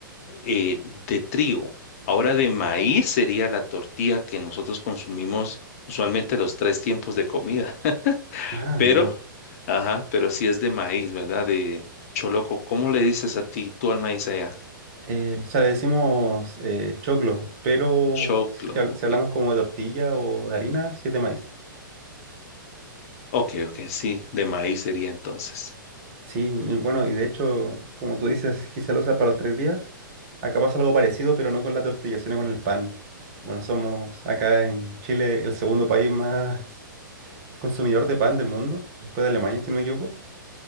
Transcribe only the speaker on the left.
eh, de trigo. Ahora de maíz sería la tortilla que nosotros consumimos usualmente los tres tiempos de comida, <laughs>
pero,
ajá, pero sí es de maíz, ¿verdad? De choloco. ¿Cómo le dices a ti, tú al maíz allá?
Choclo,
ok.
Ok, ok, sí, de maíz sería entonces.